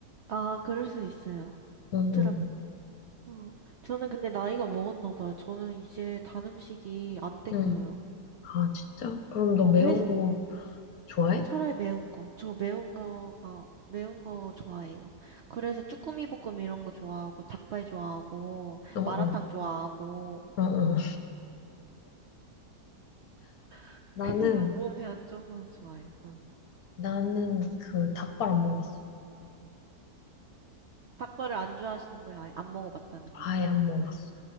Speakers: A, on the right (about 65°); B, on the left (about 65°).
A: 아, 그럴 수 있어요. 오트라,
B: 응, 응,
A: 어. 저는 근데 나이가 먹었나 봐요. 저는 이제 단 음식이 안 땡겨요.
B: 응. 아, 진짜? 그럼 너
A: 어,
B: 매운
A: 회,
B: 거 좋아해?
A: 차라리 매운 거. 저 매운 거가, 매운 거 좋아해요. 그래서 쭈꾸미 볶음 이런 거 좋아하고, 닭발 좋아하고,
B: 어, 어,
A: 마라탕 좋아하고,
B: 어, 어. 어.
A: <laughs>
B: 나는,
A: 그냥 몸에 안 좋은 건 좋아해요. 응.
B: 나는 그 닭발 안 먹었어.
A: 닭발을 안 좋아하시는 거예요? 아니, 안 먹어봤다는
B: 아예
A: 거예요?
B: 안 먹어봤어.